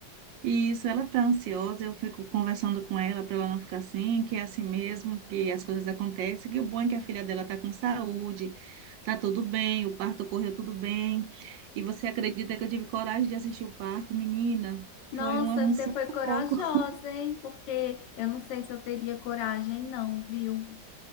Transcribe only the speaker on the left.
Nossa,
você
foi corajosa,
hein? Porque eu não sei se eu teria coragem, não, viu?